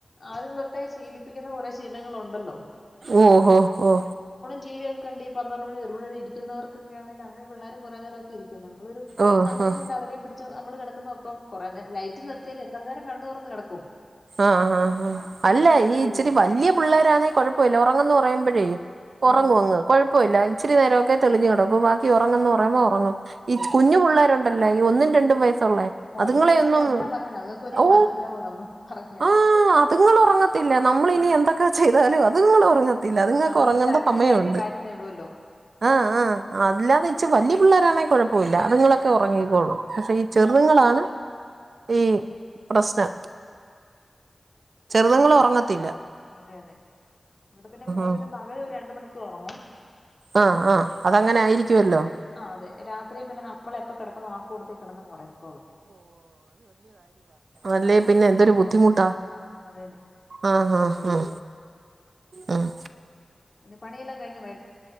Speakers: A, on the left; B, on the right.
A: ആദ്യം തൊട്ടേ ശീലിപ്പിക്കുന്ന കുറെ ശീലങ്ങൾഉണ്ടല്ലോ
B: ഓഹോ ഓ
A: ടിവി ഒക്കെ കണ്ടി പന്ത്രണ്ട് മണി ഒരു മണി വരെ ഇരിക്കുന്നവർക്കൊക്കെ ആണെല് അങ്ങനെ പിള്ളാരും കൊറെ നേരമൊക്കെ ഇരിക്കും നമ്മളൊരു
B: ഓഹ്
A: സമയം
B: ആഹ്
A: കണ്ട് അവരെ പിടി ച്ച് നമ്മള് കിടക്കുന്നൊപ്പം കൊറേ നേരം ലൈറ്റ് നിർത്തിയൽ എത്ര നേരം കണ്ണ് തൊറന്ന് കെടക്കും
B: ആ ആ ആ അല്ല
A: അങ്ങ് ഉറങ്ങി
B: ഈ
A: പോകുമല്ലോ
B: ഇച്ചിരി വലിയ പിള്ളാരാന്നേ കൊഴപ്പമില്ല ഉറങ്ങന്ന് പറയുമ്പഴേ ഉറങ്ങും
A: ഉം
B: അങ്ങ് കൊഴപ്പമില്ല
A: ഉം
B: ഇച്ചരി നേരം ഒക്കെ തെളിഞ്ഞുകിടക്കു ബാക്കി ഉറങ്ങന്ന്‌ പറയുമ്പോ ഉറങ്ങും
A: ഉറങ്ങിക്കോളും.
B: ഈ കുഞ്ഞു പിള്ളേരുണ്ടല്ലേ ഈ ഒന്നും രണ്ടും വയസ് ള്ളേ
A: ഓ
B: അതുങ്ങളെയൊന്നും
A: അതുങ്ങളോട് നമ്മൾ എന്നാ പറയണം അതുങ്ങൾക്ക് വല്ലതും
B: ഓ
A: മനസ്സിലാവോ നമ്മൾ പറഞ്ഞാല്
B: ആ അതുങ്ങള് ഒറങ്ങത്തില്ല നമ്മള്
A: അത്
B: ഇനി എന്തൊക്കെ ചെയ്താലും അതങ്ങള് ഒറങ്ങത്തി ല്ല അത്ങ്ങെക്ക്
A: അതുങ്ങൾ
B: ഒറങ്ങേണ്ട
A: കരഞ്ഞു
B: സമയൊണ്ട്
A: കരഞ്ഞു കാര്യം നേടുമല്ലോ
B: ആ ആ
A: ഉം
B: അല്ലാതെ ഇച്ച വല്യ പിള്ളേരാണേ കുഴപ്പമില്ല അതുങ്ങളൊക്കെ
A: അതെ
B: ഉറങ്ങിക്കോള്ളും പക്ഷെ
A: ഉം
B: ഈ ചെറുതുങ്ങളാണ് ഈ പ്രശ്നം ചെറുതുങ്ങൾ ഒറങ്ങത്തില്ല
A: അതെ അതെ ഇവടെ പിന്നെ മോള്
B: ആഹ്
A: പിന്നെ പകല് ഒരു രണ്ട് മണിക്കൂർ ഒറങ്ങും
B: ആഹ് ആഹ് അതങ്ങനെ ആയിരിക്കുവല്ലോ
A: ആ അതെ രാത്രി പിന്നെ നമ്മള് എപ്പ കിടക്കുന്നോ ആ കൂട്ടത്തി കിടുന്നങ്ങുറങ്ങിക്കോളും
B: അല്ലെ പിന്നെ എന്തൊരു ബുദ്ധിമുട്ടാ
A: അതേന്നെ
B: ആഹ് ഹ ഹ ആഹ്
A: പിന്നെ പണിയെല്ലാം കഴിഞ്ഞോ വൈ